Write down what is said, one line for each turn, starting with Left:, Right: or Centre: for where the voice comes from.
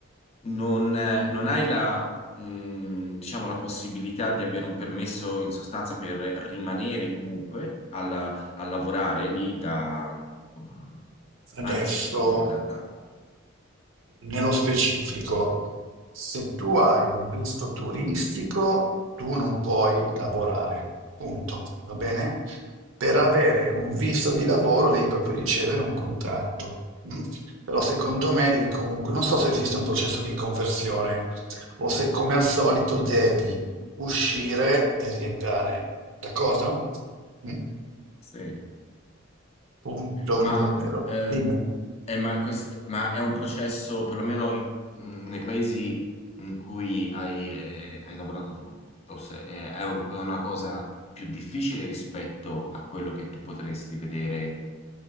Left: non, eh, non hai la, mh, diciamo, la possibilità di avere un permesso in sostanza per rimanere comunque alla- a lavorare lì da, insomma,
Right: Adesso,
Left: anche se, insomma, da, da-
Right: nello specifico, se tu hai un visto turistico, tu non puoi lavorare, punto, va bene? Per avere un visto di lavoro devi proprio ricevere un contratto. mm? Però secondo me devi comunque, non so se esiste un processo di conversione o se come al solito devi uscire e rientrare, d'accordo? Mm?
Left: sì.
Right: Punto
Left: Ma,
Right: numero,
Left: ehm,
Right: dimmi.
Left: eh, ma quest- ma è un processo, perlomeno in- mh, nei paesi in cui hai, eh, hai lavorato tu, o se- eh, è, un- è una cosa più difficile rispetto a quello che tu potresti vedere